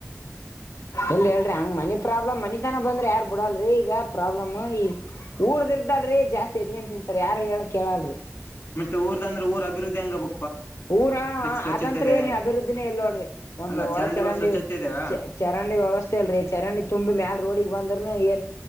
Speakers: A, on the left; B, on the left.
A: ಎಲ್ಲಿ ಹೇಳ್ರಿ ಹಂಗ ಮನಿ ಪ್ರಾಬ್ಲಮ್ ಮನಿ ನ ಬಂದ್ರೆ ಯಾರ್ ಬಿಡಲ್ರೀ ಈಗ ಪ್ರಾಬ್ಲಮ್ ಈ ಊರ್ದ ಇರ್ದಲ್ರೀ ಜಾಸ್ತಿ ಸರಿ ಅನ್ ತಿಂತಾರೆ ಯಾರ ಹೇಳಕ್ ಕೇಳನ್ರಿ
B: ಮತ್ತೆ ಊದ ಅಂದ್ರೆ ಊ ಅಭಿವದ್ಧಿಂಗ ಬ
A: ಊರ
B: ಸ್ವಚ್ಛತೆ
A: ಅದಂತ್ರ
B: ಇದೆ
A: ಏನ ಅಭಿವೃದ್ಧಿನೇ ಇಲ್ ನೋಡ್ರಿ ಒಂದು್
B: ಅಲ್ಲ ಚರಂಡಿಗಳು
A: ಒಳ ಚರಂಡಿ
B: ಸ್ವಚ್ಛತೆ ಇದಾವ
A: ಚರಂಡ ವ್ಯವಸ್ತೆ ಲ್ರಿ ಚರಂಡಿ ತುಂಬಿ ಮೇಾಲ ರೋಡಿಗೆಗ್ ಬಂದ್ರ ಏ